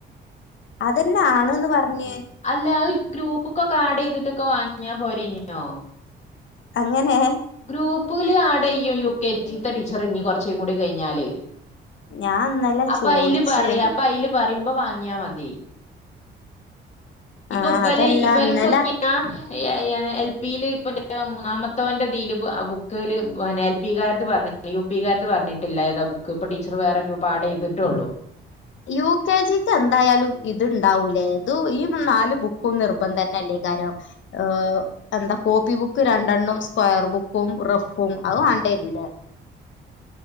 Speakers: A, on the left; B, on the left.
A: അതെന്നെ ആണ്ന്ന് പർഞ്ഞ്.
B: അല്ല അത്ഗ്രൂപ്പ്ക്കൊക്കെ ആഡെ യ്തിട്ടൊക്കെ വാങ്ങ്യാ പോരേര്നോ.
A: അങ്ങനെ.
B: ഗ്രൂപ്പില് ആഡെയ്യും യു കെ ജീ ത്തെ ടീച്ചറ് ഞി കൊർച്ചും കൂടി കഴിഞ്ഞാല്.
A: ഞാൻ ഇന്നലെ
B: അപ്പ
A: ചോയിച്ച്
B: അയ്ല് പറിം അപ്പ അയ്ല് പറിമ്പോ വാങ്ങ്യാ മതി. ഇപ്പൊ
A: ആ
B: പല്
A: അതല്ല
B: ഇപൽക്കൊക്കിം
A: ഇന്നലെ
B: ന എ എ എൽപില് ഇപ്പ <unintelligible> മൂന്നാമത്തോന്റെ തീല് പ അ ബുക്ക്ല് പന്നെ എൽ എ ൽ പി കാര്ത്പറഞ്ഞ്ക്ണ് യു പി കാര്ത് പറഞ്ഞ്ട്ടില്ല ഏതാ ബുക്ക് ഇപ്പ ടീച്ചർ വേറെ ഗ്രൂപ്പ് ആഡെയ്തിട്ടൊള്ളു.
A: യു കെ ജീക്ക് എന്തായാലും ഇത്ണ്ടാവൂലേ ഇതു ഈ നാല് ബുക്കും നിർബന്ധംന്നെല്ലയ് കാരം ആഹ്. എന്താ കോപ്പി ബുക്ക് രണ്ടെണ്ണും സ്ക്വയർ ബുക്കും റഫും അത് വാണ്ടരൂലേ.